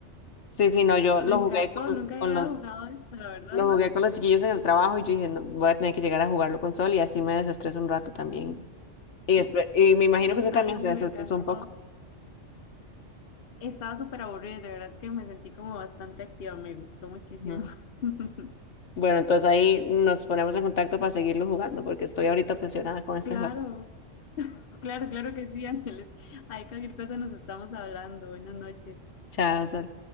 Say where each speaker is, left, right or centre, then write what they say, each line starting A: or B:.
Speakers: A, on the left; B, on the left.
A: Sí, sí, no, yo lo
B: Me encantó,
A: jugué con,
B: nunca había
A: con los,
B: jugado <laughs> esto, la verdad.
A: lo jugué con los chiquillos en el trabajo y yo dije, "No, voy a tener que llegar a jugarlo con Sol y así me desestreso un rato también. Y, espe- y me imagino que usted
B: Ay,
A: también se
B: sí,
A: desestresó
B: me encantó.
A: un poco.
B: Estaba súper aburrida, de verdad que me sentí como bastante activa, me gustó muchísimo.
A: Ujú.
B: <laughs>
A: Bueno, entonces ahí nos ponemos en contacto para seguirlo jugando porque estoy ahorita obsesionada con este
B: Claro,
A: juego.
B: claro, claro que sí, Ángeles. Ay, cualquier cosa nos estamos hablando. Buenas noches.
A: Chao, Sol.